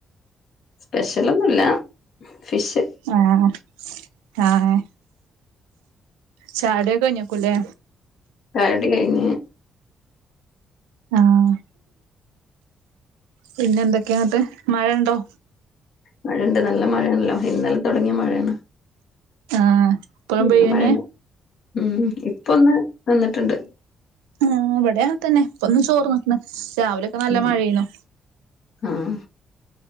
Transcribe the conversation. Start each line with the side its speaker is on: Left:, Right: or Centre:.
Left: സ്പെഷലൊന്നൂല്ല ഫിഷ്
Right: ആഹ് ആഹ് ചായുടിക്കെ കയ്ഞ്ഞേക്ക്‌വല്ലേ
Left: ചായുടി കയ്ഞ്ഞ്
Right: ആഹ് പിന്നെന്തക്കെയാ അങ്ങട്ട് മഴയ്ണ്ടോ
Left: മഴയ്ണ്ട് നല്ല മഴയാണല്ലോ ഇന്നലെ തൊടങ്ങിയ മഴയാണ്
Right: ആഹ് ഇപ്പഴും
Left: ഇന്നും
Right: പെയ്യന്നെ
Left: മഴന്നെ ഉം ഇപ്പൊന്ന് നിന്ന്ട്ടുണ്ട്
Right: ആഹ് ഇവിടേം അങ്ങൻ തന്നെ ഇപ്പൊന്ന് ചോർന്ന്നിക്ക്‌ന്ന് രാവിലെ ക്കെ നല്ല
Left: ഉം
Right: മഴയേന്നു
Left: ആഹ്